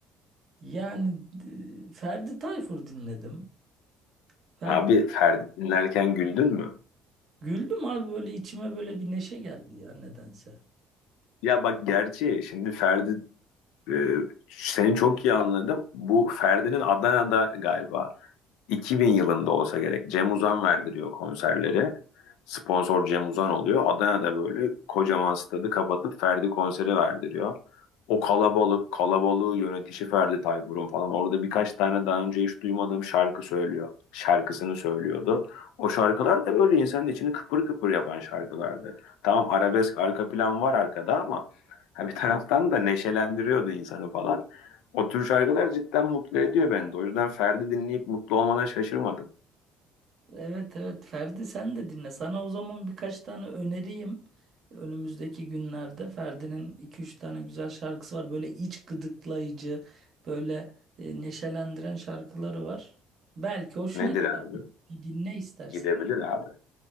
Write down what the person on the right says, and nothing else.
Yani e, Ferdi Tayfur dinledim. Ferdi
Güldüm abi böyle içime böyle bir neşe geldi ya nedense.
Evet evet Ferdi sen de dinle. Sana o zaman birkaç tane öneriyim. Önümüzdeki günlerde Ferdi'nin iki üç tane güzel şarkısı var. Böyle iç gıdıklayıcı, böyle e, neşelendiren şarkıları var. Belki hoşuna
gider.
Bir dinle istersen.